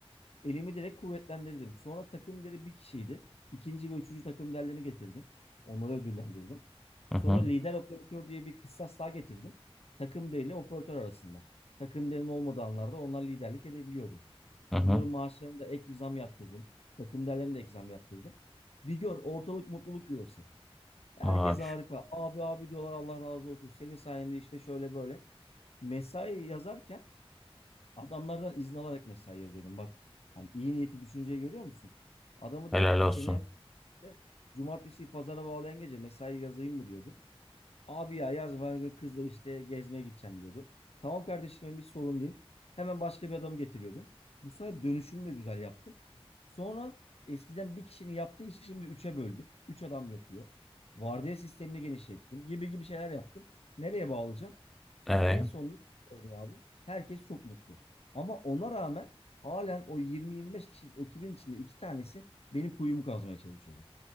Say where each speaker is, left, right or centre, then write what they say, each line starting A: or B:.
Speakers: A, on the left; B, in the centre.
A: Elimi direkt kuvvetlendirdim. Sonra takım deri bir kişiydi. İkinci ve üçüncü takım derlerini getirdim. Onları ödüllendirdim. Sonra
B: Hı hı,
A: lider operatör diye bir kıssas daha getirdim. Takım deri ile operatör arasında. Takım derinin olmadığı anlarda onlar liderlik edebiliyordu.
B: hı hı.
A: Bunların maaşlarını da ek bir zam yaptırdım. Takım derlerine de ek zam yaptırdım. Bir gör ortalık mutluluk yuvası. Herkes
B: Aa,
A: harika. Abi abi diyorlar Allah razı olsun. Senin sayende işte şöyle böyle. Mesai yazarken adamlardan izin alarak mesai yazıyordum. Bak hani iyi niyeti düşünceyi görüyor musun? Adamı
B: Helal
A: diyordum ki
B: olsun.
A: seni işte cumartesi pazara bağlayan gece mesai yazayım mı diyordum. Abi ya yaz var kızla işte gezmeye gideceğim diyordu. Tamam kardeşim benim bir sorun değil. Hemen başka bir adam getiriyordum. Bu sayede dönüşümü de güzel yaptım. Sonra eskiden bir kişinin yaptığı işi şimdi üçe böldüm. Üç adam yapıyor. Vardiya sistemini genişlettim. Gibi gibi şeyler yaptım. Nereye bağlayacağım?
B: Evet.
A: En sonunda gördüm abi. Herkes çok mutlu. Ama ona rağmen halen o 20-25 kişilik ekibin içinde iki tanesi benim kuyumu kazmaya çalışıyordu.